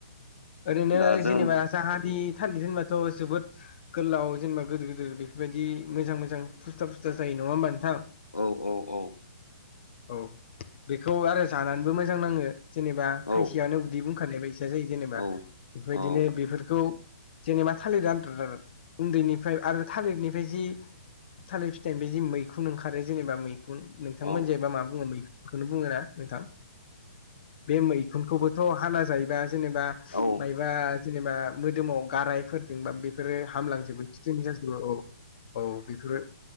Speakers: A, on the left (about 45°); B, on the left (about 85°).
A: ओरैनो
B: दा जों
A: जेनेबा जाहाजि थालिर होनबाथ' जाबोद गोलाव जेनेबा गोदोर गोदोर बेफोरबायदि मोजां मोजां फुस्था फुस्था जायो नङा होमबा नोंथां।
B: औ औ औ।
A: औ। बेखौ आरो जानानैबो मोजां नाङो जेनेबा
B: औ
A: थाइसेयनो उदै बुंखानाय बायसा जायो जेनेबा।
B: औ
A: बेबायदिनो
B: औ
A: बेफोरखौ जेनेबा थालिर आद्रा उन्दैनिफ्राय आरो थालिरनिफ्राय जि थालिर फिथाइ बे जे मैखुन ओंखारो जेनेबा मैखुन नोंथांमोनजो
B: औ
A: एबा मा बुङो मैखुनखौनो बुङो ना नोंथां बे मैखुनखौबोथ' हाना जायोबा जेनेबा
B: औ
A: मायबा जेनेबा मोदोमाव गारायफोरजोंबा बे बेफोरो हामलांजोबो <unintelligible> औ औ बेफोरो